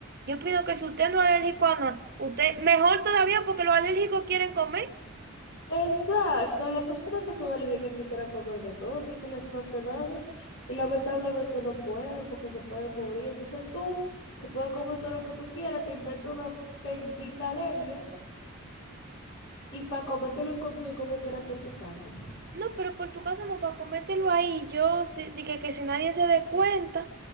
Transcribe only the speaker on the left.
Exacto, la persona que son alérgicas quisiera comer de todo, sin que les pase nada, y lamentablemente no puede porque se pueden morir. Entonces, tú, que puedes comer todo lo que tú quieras, te inventas una bendita alergia y para comértelo escondido como quiera por tu casa.